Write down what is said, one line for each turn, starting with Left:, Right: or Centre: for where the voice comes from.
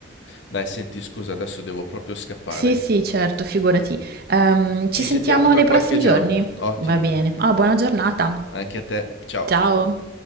Left: Dai, senti, scusa, adesso devo proprio scappare.
Right: Sì, sì, certo, figurati. Ehm,
Left: Ci
Right: ci sentiamo
Left: sentiamo tra
Right: nei
Left: qualche
Right: prossimi
Left: giorno.
Right: giorni?
Left: Ottimo.
Right: Va bene. Ah, buona giornata.
Left: Anche a te. Ciao.
Right: Ciao.